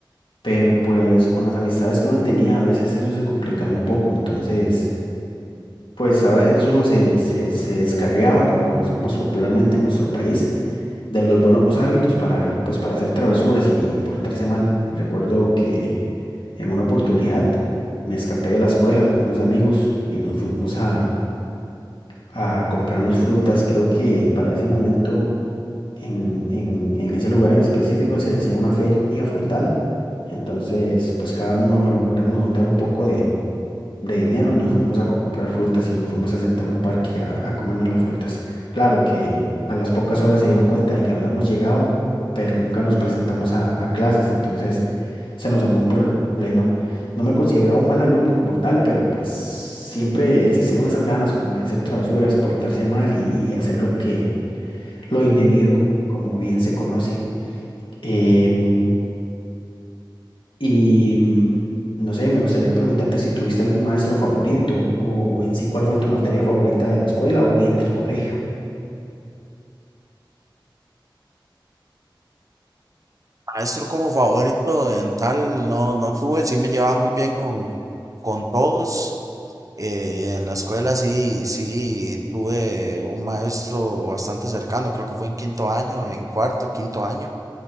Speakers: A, on the left (about 85°); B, on the right (about 40°).
A: pero pues con las amistades que uno tenía a veces eso se complicaba un poco, entonces pues a veces uno se, se, se descarriaba, como conocemos popularmente en nuestro país, de los buenos hábitos para pues para hacer travesuras y, y portarse mal. Recuerdo que en una oportunidad me escapé de la escuela con unos amigos y nos fuimos a, a comprarnos frutas, creo que para ese momento en, en, en ese lugar en específico se hacía una feria frutal. Entonces, pues cada uno logramos juntar un poco de, de dinero y nos fuimos a comprar frutas y nos fuimos a sentar a un parque a, a comernos las frutas. Claro que a las pocas horas se dieron cuenta de que habíamos llegado, pero nunca nos presentamos a, a clases, entonces se nos armó un problema. No me consideraba un mal alumno como tal, pero pues siempre existieron esas ganas como de hacer travesuras, portarse mal y, y hacer lo que lo individuo, como bien se conoce. Em, y mm, no sé, me gustaría preguntarte si tuviste algún maestro favorito o en sí cuál fue tu materia favorita de la escuela o bien del colegio.
B: Maestro como favorito en tal, no, no tuve, sí me llevaba muy bien con, con todos. eh, en la escuela sí, sí tuve un maestro bastante cercano, creo que fue en quinto año, en cuarto, quinto año